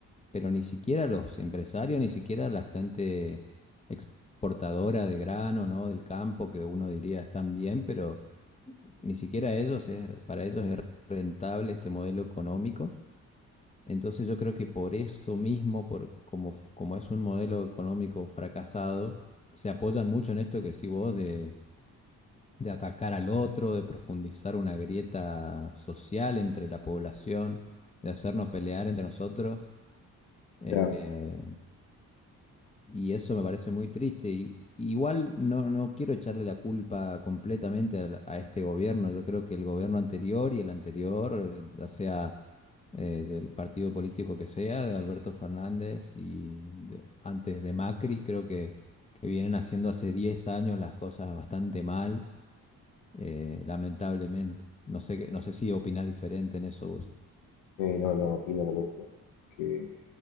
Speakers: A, on the left; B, on the left.
A: pero ni siquiera los empresarios, ni siquiera la gente exportadora de grano, ¿no? Del campo, que uno diría están bien, pero ni siquiera ellos es, para ellos es rentable este modelo económico. Entonces yo creo que por eso mismo, por, como, como es un modelo económico fracasado, se apoyan mucho en esto que sí vos de, de atacar al otro, de profundizar una grieta social entre la población, de hacernos pelear entre nosotros. Eh,
B: claro,
A: eh, Y eso me parece muy triste. Y, igual no, no quiero echarle la culpa completamente al- a, este gobierno. Yo creo que el gobierno anterior y el anterior, eh, ya sea eh, del partido político que sea, de Alberto Fernández y de- antes de Macri, creo que, que vienen haciendo hace 10 años las cosas bastante mal, eh, lamentablemente. No sé, qué- no sé si opinás diferente en eso vos.
B: eh, no, no opino lo mismo, que